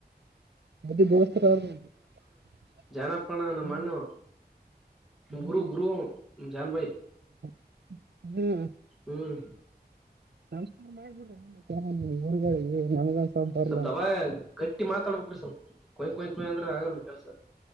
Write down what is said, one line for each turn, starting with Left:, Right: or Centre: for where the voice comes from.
Right: <unintelligible>
Centre: ಜಾಣಪ್ಪಣ ನಮ್ಮಣ್ಣವ
Right: ಹ್ಮ್ ಹ್ಮ್
Centre: ಗುರು ಗುರು ಅವ ನಮ್ ಜಾನ್ ಬಾಯ್
Right: ಹ್ಮ್
Centre: ಹ್ಮ್
Right: ನಮಸ್ಕಾರ್ ಮಾಡ್ಬಿಡ್ರಿ <unintelligible> ನಮಗೊಂದ್ ಬರ್ಲ
Centre: ಸ್ವಲ್ಪ ದಬ ಗಟ್ಟಿ ಮಾತಾಡ್ಬೇಕ್ರಿ ಸ್ವಲ್ಪ ಕೊಯ್ ಕೊಯ್ ಕೊಯ್ ಅಂದ್ರ ಆಗಲ್ರೀ ಕೆಲ್ಸ